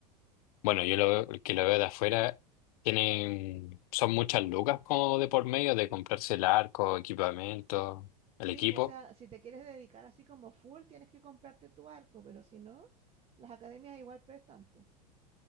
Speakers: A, on the left (about 60°); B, on the right (about 25°).
A: bueno, yo lo, veo- que lo veo de afuera, tienen, son muchas lucas como de por medio de comprarse el arco, equipamiento, el
B: Sí,
A: equipo.
B: o sea, si te quieres dedicar así como full, tienes que comprarte tu arco, pero si no, las academias igual prestan, po.